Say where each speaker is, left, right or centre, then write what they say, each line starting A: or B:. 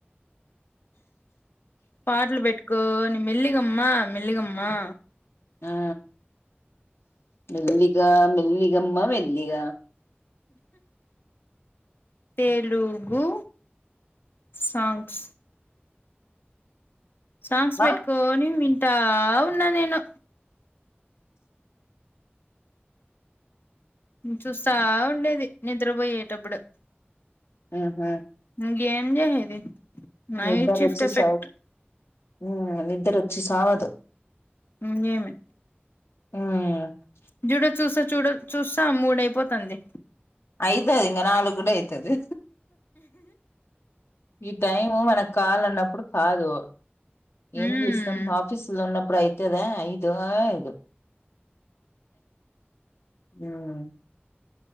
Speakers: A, on the left; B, on the left.
A: పాటలు పెట్టుకోని మెల్లిగమ్మా మెల్లిగమ్మా
B: ఆ మెల్లిగా మెల్లిగమ్మా మెల్లిగా
A: తెలుగు సాంగ్స్ సాంగ్స్ వెట్టుకోని
B: ఆ
A: వింటా వున్న నేను ఉం చూస్తా వుండేది నిద్రబొయేటప్పుడు
B: అ హా
A: ఇగెం చేసేది నైట్
B: నిద్దరొచ్చెస
A: షిఫ్ట్ ఎఫెక్ట్
B: ఆ నిద్దరొచ్చి సావదు
A: ఇంగేమీ
B: ఇమే
A: జూడ చూసా చూడ చుస్సా మూడైపోతాంది
B: ఐతది ఇంగ నలుగుడైతది ఈ టైం మనక్కాలన్నప్పుడు కాదు
A: మ్మ్
B: ఏం జేస్తాం ఆఫీస్లోన్నప్ప ప్పుడు ఐతదా ఐదో ఐదు ఉం